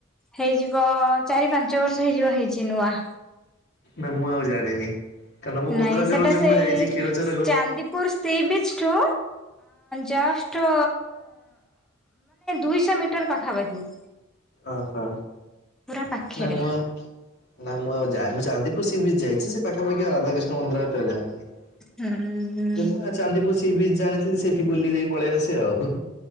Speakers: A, in the centre; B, on the left (about 55°).
A: ହେଇଯିବ ଵ ଚାରି ପାଞ୍ଚ ବର୍ଷ ହେଇଯିବ ହେଇଛି ନୂଆ।
B: ନା ମୁଁ ଆଉ ଜାଣିନି। କାରଣ ମୁଁ ଭଦ୍ରକରେ
A: ନାଇଁ ସେଟା
B: ରହୁଛି
A: ସେଇ
B: ମୁଁ ଯାଇଛି କ୍ଷୀରଚୋରା ଗୋ
A: ଚାନ୍ଦିପୁର ସିବିଚ ଠୁ ଜସ୍ ଷ୍ଟ ଦୁଇଶ ମିଟର ପାଖାପାଖି।
B: ଓ ହୋ।
A: ପୁରା ପାଖରେ
B: ନା ମୁଁ ଆଉ ନା ମୁଁ ଆଉ ଯାଇନି ଚାନ୍ଦିପୁର ସି ବିଚ ଯାଇଛି ସେ ପାଖାପଖି ରାଧାକୃଷ୍ଣ ମନ୍ଦିର ଜାଣିନି।
A: ହୁଁ
B: ଚାନ୍ଦିପୁର ସି ବୀଚ ଜାଣିଥିଲି ସେଇଠି ବୁଲି ଦେଇ ପଳେଇ ଆସେ ଆଉ।